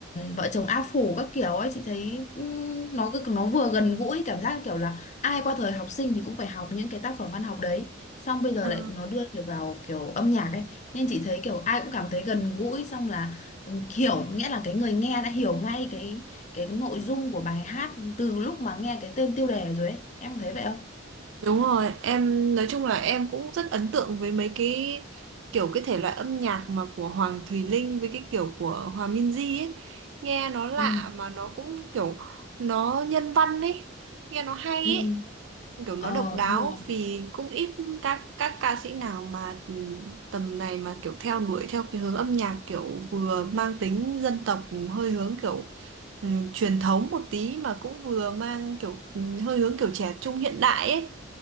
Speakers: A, on the left; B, on the right.
A: vợ chồng A Phủ các kiểu ấy chị thấy ừm, nó cứ nó vừa gần gũi cảm giác kiểu là ai qua thời học sinh thì cũng phải học những cái tác phẩm văn học đấy xong bây giờ
B: ờ.
A: lại nó đưa được vào kiểu âm nhạc ấy nên chị thấy kiểu ai cũng cảm thấy gần gũi xong là ừ, hiểu nghĩa là cái người nghe đã hiểu ngay cái cái nội dung của bài hát từ lúc mà nghe cái tên tiêu đề rồi ấy em có thấy vậy không
B: Đúng rồi, em nói chung là em cũng rất ấn tượng với mấy cái kiểu cái thể loại âm nhạc mà của Hoàng Thùy Linh với cái kiểu của Hòa Minzy ấy. Nghe nó lạ
A: ừ
B: mà nó cũng kiểu nó nhân văn ấy, nghe nó hay
A: ừ
B: ấy kiểu nó
A: ờ
B: độc đáo
A: đúng rồi
B: vì cũng ít các các ca sĩ nào mà ừ, tầm này mà kiểu theo đuổi theo cái hướng âm nhạc kiểu vừa mang tính dân tộc hơi hướng kiểu ừ, truyền thống một tí mà cũng vừa mang kiểu ừ, hơi hướng kiểu trẻ trung hiện đại ấy